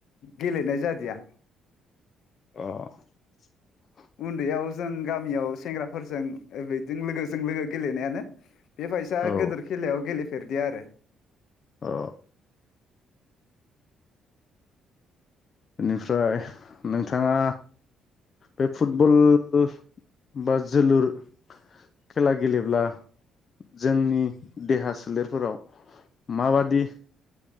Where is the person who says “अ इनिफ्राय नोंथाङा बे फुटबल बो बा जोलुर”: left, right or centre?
Left